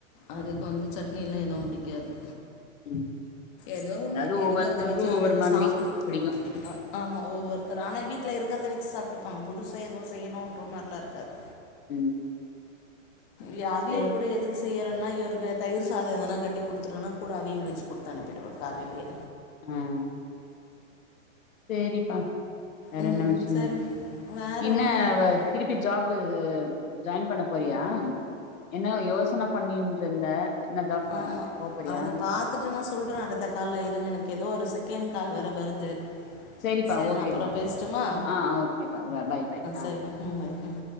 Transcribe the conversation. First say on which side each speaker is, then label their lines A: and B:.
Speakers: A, on the left; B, on the left.
A: அதுக்கு வந்து சட்னியில எதுவும் புடிக்காது
B: ம்
A: எதோ ஒண்ணு
B: அதாவது
A: இருக்கறத
B: ஒவ்வொருத்தருக்கும்
A: வச்சத
B: ஒவ்வொரு
A: அதுங
B: மாதிரி
A: சாப்பிட்டுக்க
B: பிடிக்கும்
A: ஆமா ஒவ்வொருத்தறான வீட்ல இருக்றத வச்சி சாப்டுப்பாங்க புதுச எது செய்ணும்ன்ற மாரிலா இருக்காது
B: ம்
A: யா அவியல்
B: சேரி
A: கூட எதுக்கு செய்யறேனா இவருக்கு தயிர் சாதம் எதனா கட்டி குடுத்துறனா கூட அவியல் வச்சி குடுத்தனுப்பிடுவேன் காலையிலயே
B: ஹம் சேரிப்பா வேற
A: ம்
B: என்ன விஷ்யம்
A: சரி வேறு
B: என்ன
A: ஒன்றும் இல்லைப்பா
B: வ திருப்பி ஜாபு ஜாயின் பண்ண போறியா என்ன யோசனை பண்ணின்ற இருந்த என்ன ஜாப் ப
A: ஆமா
B: போ போறியா
A: அது பாத்துட்டு நா சொல்றே அடுத்த கால்ல இருங்க எனக்கு ஏதோ ஒரு செகண்ட் கால் வேர வருது
B: சரிப்பா
A: சரி
B: ஓகேப்பா
A: நான் அப்புறம் பேசட்டுமா
B: ஆ ஓகேப்பா பை பை ஆ
A: சரிப்பா ம் பை ம்